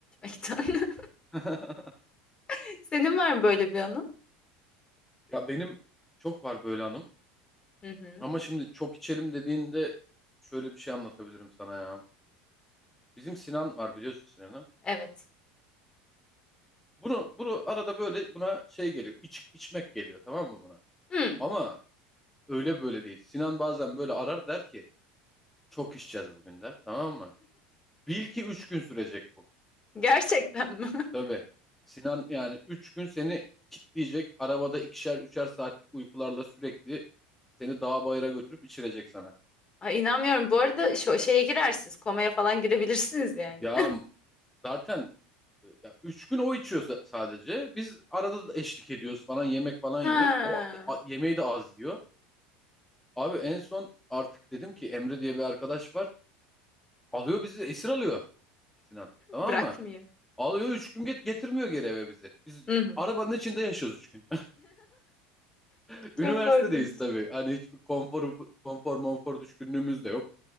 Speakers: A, on the left; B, in the centre.
A: gitmekten.
B: <laughs>
A: <laughs> Senin var mı böyle bir anın?
B: Ya benim çok var böyle hanım.
A: Hı hı.
B: Ama şimdi çok içelim dediğinde şöyle bir şey anlatabilirim sana ya. Bizim Sinan var biliyorsun Sinan'ı.
A: Evet.
B: Bunu, bunu arada böyle buna şey geliyor. iç, içmek geliyor tamam mı buna?
A: Hmm.
B: Ama öyle böyle değil. Sinan bazen böyle arar der ki çok içeceğiz bugün der tamam mı? Bil ki üç gün sürecek bu.
A: Gerçekten mi? <laughs>
B: Tabii. Sinan yani 3 gün seni kitleyecek. Arabada ikişer üçer saatlik uykularla sürekli seni dağ bayıra götürüp içirecek sana.
A: Ay inanmıyorum. Bu arada şu şeye girersiniz. Komaya falan girebilirsiniz yani.
B: Ya
A: <laughs>
B: zaten Ya üç gün o içiyor sa- sadece. Biz arada da eşlik ediyoruz falan yemek falan
A: Ha,
B: yiyoruz. O a- yemeği de az yiyor. Abi en son artık dedim ki Emre diye bir arkadaş var. Alıyor bizi esir alıyor Sinan. Tamam
A: bırakmıyor.
B: mı? Alıyor üç gün get getirmiyor geri eve bizi. Biz
A: Hı hı.
B: arabanın içinde yaşıyoruz üç gün. <laughs> Üniversitedeyiz
A: Çok korkunç.
B: tabii. Hani hiçbir konfor, konfor monfor düşkünlüğümüz de yok.